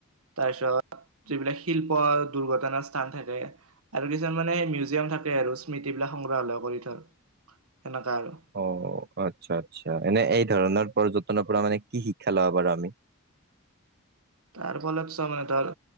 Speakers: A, on the right; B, on the right.
A: তাৰ পিছত যিবিলাক শিল্প দুৰ্ঘটনাৰ স্থান থাকে। আৰু কিছুমান মানে মিউজিয়াম থাকে আৰু স্মৃতি বিলাক সংগ্ৰহালয় কৰি থয় সেনেকা আৰু।
B: অ' আচ্ছা আচ্ছা এনে এই ধৰণৰ পৰ্যটনৰ পৰা মানে কি শিক্ষা লোৱা বাৰু আমি?
A: তাৰ ফলত চ মানে ধৰ